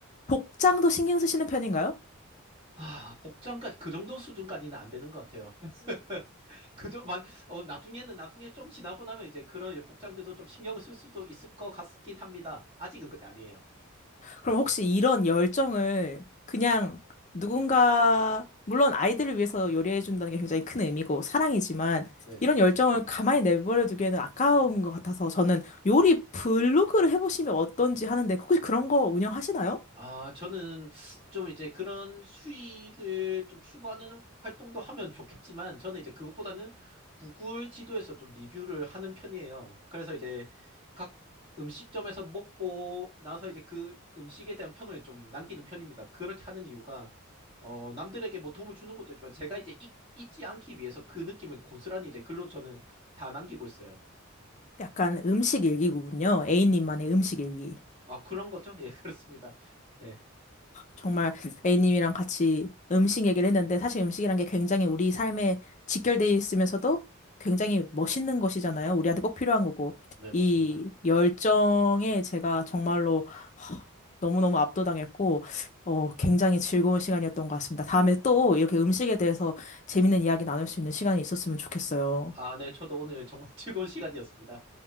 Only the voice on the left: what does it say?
복장도 신경 쓰시는 편인가요?
그럼 혹시 이런 열정을 그냥 누군가 물론 아이들을 위해서 요리해 준다는 게 굉장히 큰 의미고 사랑이지만
이런 열정을 가만히 내버려 두기에는 아까운 것 같아서 저는 요리 블로그를 해보시면 어떤지 하는데 혹시 그런 거 운영하시나요?
약간 음식 일기구군요. A님만의 음식 일기.
정말 A님이랑 같이 음식 얘기를 했는데 사실 음식이란 게 굉장히 우리 삶에 직결되어 있으면서도 굉장히 멋있는 것이잖아요. 우리한테 꼭 필요한 거고.
이 열정에 제가 정말로 허, 너무너무 압도당했고, 어, 굉장히 즐거운 시간이었던 것 같습니다. 다음에 또 이렇게 음식에 대해서 재밌는 이야기 나눌 수 있는 시간이 있었으면 좋겠어요.